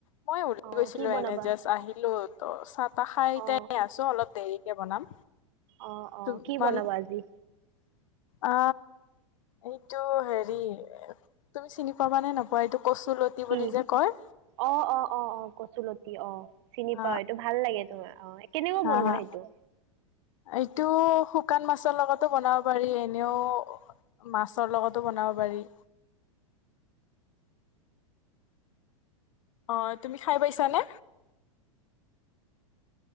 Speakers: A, on the left; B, on the right.
A: মই উলি
B: অ
A: গৈছিলো
B: কি বনাবা
A: এনে জাষ্ট আহিলো ত চাহ তাহ খাই এতিয়া
B: অ
A: আ আছো অলপ দেৰিকে বনাম।
B: অ অ
A: ত
B: কি
A: মানে
B: বনাবা আজি
A: আ এইটো হেৰি তুমি চিনি পাবা নে নাপোৱা এইটো কচুলতি
B: কি
A: বুলি যে কয়,
B: অ অ অ অ কচুলতি অ চিনি
A: অ
B: পাও এইটো ভাল লাগে তোমাৰ অ। অ কেনেকৈ
A: হা
B: বনোৱা
A: হা
B: সেইটো?
A: এইটো শুকান মাছৰ লগতো বনাওঁ, পাৰি এনেও মাছৰ লগতো বনাব পাৰি। অ তুমি খাই পাইছানে?